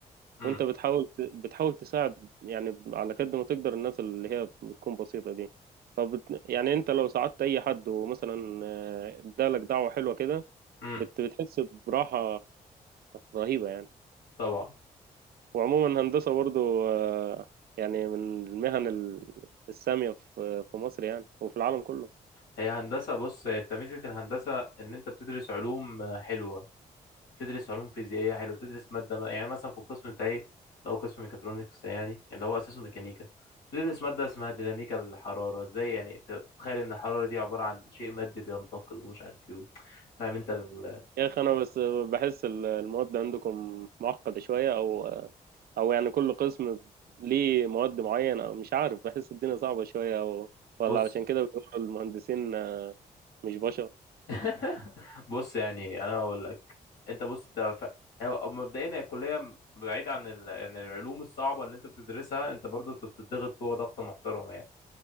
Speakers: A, on the left; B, on the right.
A: امم
B: وانت بتحاول ت- بتحاول تساعد يعني على قد ما تقدر الناس اللي هي بتكون بسيطة دي فبت... يعني انت لو ساعدت اي حد ومثلا آه، ادالك دعوة حلوة كده
A: امم
B: بت... بتحس براحة رهيبة يعني
A: طبعا
B: وعموما هندسة برضو آه، يعني من المهن ال- السامية في في مصر يعني وفي العالم كله
A: هي هندسة بص آه، انت ميزة الهندسة ان انت بتدرس علوم آه، حلوة بتدرس علوم فيزيائية حلو بتدرس مادة ما يعني مثلا في القسم بتاعي لو قسم ميكاترونكس يعني اللي هو أساسه ميكانيكا بتدرس مادة اسمها ديناميكا الحرارة ازاي يعني بت- بتتخيل إن الحرارة دي عبارة عن شيء مادي بينتقل ومش عارف ايه فاهم انت ال...
B: يا اخي انا بس بحس ال- المواد عندكم معقدة شوية او او يعني كل قسم ليه مواد معينة او مش عارف بحس الدنيا صعبة شوية او ولا
A: بص
B: علشان كده بيقولوا المهندسين آه، مش بشر
A: <laughs> بص يعني أنا بقول لك انت بص ده ف... هي مبدئيا هي الكلية بعيد عن ال... عن العلوم الصعبة اللي انت بتدرسها انت برضه انت بتضغط جوه ضغطة محترمة يعني